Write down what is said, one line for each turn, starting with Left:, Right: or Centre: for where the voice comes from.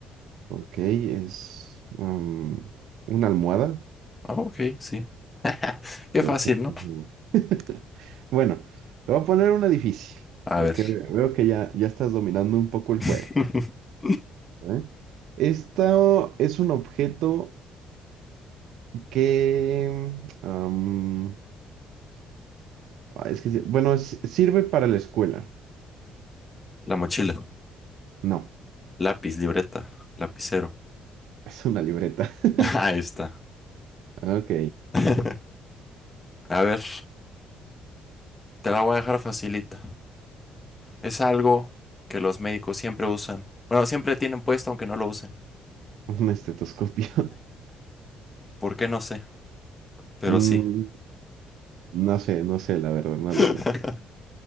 Right: Ok, es um, una almohada.
Left: Ah, ok, sí. <laughs> Qué
Right: Perfecto.
Left: fácil, ¿no?
Right: <laughs> Bueno, te voy a poner una difícil,
Left: A
Right: porque
Left: ver,
Right: veo que ya, ya estás dominando un poco el
Left: <laughs>
Right: juego. ¿eh? Esto es un objeto que... um, ah, es que, sí- bueno, es- sirve para la escuela.
Left: la mochila.
Right: No,
Left: Lápiz, libreta, lapicero.
Right: <laughs> es una libreta. <laughs>
Left: <laughs> Ahí está.
Right: Ok,
Left: <laughs> A ver, te la voy a dejar facilita. Es algo que los médicos siempre usan. Bueno, siempre tienen puesto aunque no lo usen.
Right: un estetoscopio.
Left: ¿Por qué? No sé, pero
Right: Mm,
Left: sí.
Right: no sé, no sé, la verdad, no
Left: <laughs>
Right: lo sé.